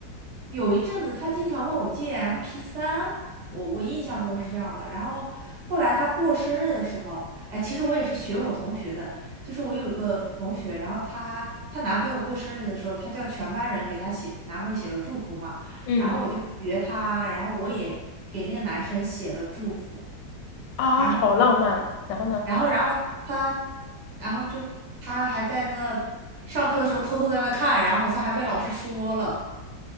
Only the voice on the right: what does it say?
有一阵子他经常问我借 m p 三，我我印象中是这样的，然后后来他过生日的时候，哎，其实我也是学我同学的，就是我有一个同学，然后她她男朋友过生日的时候，她叫全班人给她写男朋友写了祝福嘛，
然后我就学她，然后我也给那个男生写了祝福。
然后。
然后然后他，然后就他还在那上课的时候偷偷在那看，然后好像还被老师说了。